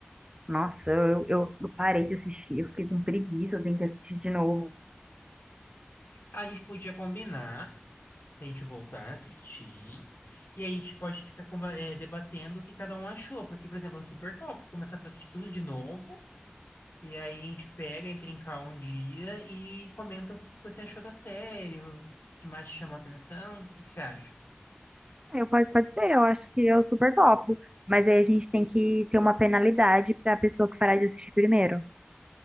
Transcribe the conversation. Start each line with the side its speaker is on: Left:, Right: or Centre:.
Right: Nossa, eu, eu, eu parei de assistir, eu fiquei com preguiça, eu tenho que assistir de novo.
Left: A gente podia combinar, a gente voltar a assistir, e a gente pode ficar comba- é, debatendo o que cada um achou. Porque, por exemplo, é super top começar a assistir tudo de novo. E aí a gente pega, entra em call um dia e comenta o que que você achou da série, o que que mais te chamou a atenção, o que que você acha?
Right: É, eu- pode, pode ser, eu acho que eu super topo. Mas aí a gente tem que ter uma penalidade para a pessoa que parar de assistir primeiro.